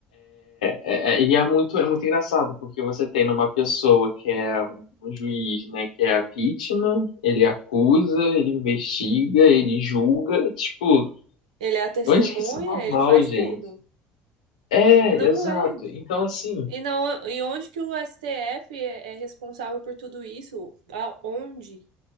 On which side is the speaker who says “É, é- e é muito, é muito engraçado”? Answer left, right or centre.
Left